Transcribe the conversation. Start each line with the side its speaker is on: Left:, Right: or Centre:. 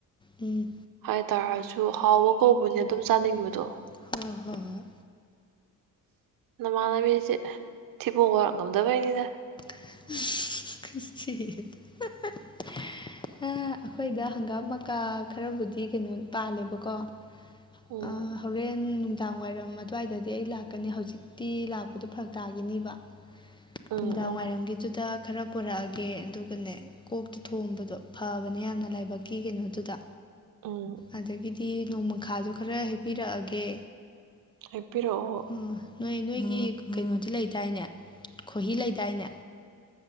Left: ꯎꯝ
Right: ꯍꯥꯏ ꯇꯔꯁꯨ ꯍꯥꯎꯕ ꯀꯧꯕꯅꯦ ꯑꯗꯨꯝ ꯆꯥꯅꯤꯡꯕꯗꯣ
Left: ꯍ ꯍꯣꯏ ꯍꯣꯏ
Right: ꯅꯃꯥꯟꯅꯕꯤꯁꯦ ꯊꯤꯕꯣꯡꯕꯔꯛ ꯉꯝꯗꯕꯩꯅꯤꯗ
Left: ꯈ ꯑꯩꯈꯣꯏꯗ ꯍꯪꯒꯥꯝ ꯃꯀꯥ ꯈꯔꯕꯨꯗꯤ ꯀꯩꯅꯣ ꯄꯥꯜꯂꯦꯕꯀꯣ
Right: ꯎꯝ
Left: ꯑ ꯍꯣꯔꯦꯟ ꯅꯨꯡꯗꯥꯡ ꯋꯥꯏꯔꯝ ꯑꯗꯨꯋꯥꯏꯗꯗꯤ ꯑꯩ ꯂꯥꯛꯀꯅꯤ ꯍꯧꯖꯤꯛꯇꯤ ꯂꯥꯛꯄꯗꯣ ꯐꯔꯛ ꯇꯥꯒꯦ ꯅꯤꯕ
Right: ꯎꯝ
Left: ꯅꯨꯡꯗꯥꯡꯋꯥꯏꯔꯝꯒꯤꯗꯨꯗ
Right: ꯎꯝ
Left: ꯈꯔ ꯄꯨꯔꯛꯑꯒꯦ ꯑꯗꯨꯒꯅꯦ ꯀꯣꯛꯇꯨ ꯊꯣꯕꯗꯣ ꯐꯕꯅꯦ ꯌꯥꯝꯅ ꯂꯥꯏꯕꯛꯀꯤ ꯀꯩꯅꯣꯗꯨꯗ
Right: ꯎꯝ
Left: ꯑꯗꯒꯤꯗꯤ ꯅꯣꯡꯃꯈꯥꯁꯨ ꯈꯔ ꯍꯦꯛꯞꯄꯤꯔꯛꯑꯒꯦ
Right: ꯍꯦꯛꯄꯤꯔꯛꯑꯣ
Left: ꯑꯣ ꯅꯣꯏ ꯅꯣꯏꯒꯤ ꯀꯩꯅꯣꯗꯤ ꯂꯩꯗꯥꯏꯅꯦ ꯈꯣꯏꯍꯤ ꯂꯩꯗꯥꯏꯅꯦ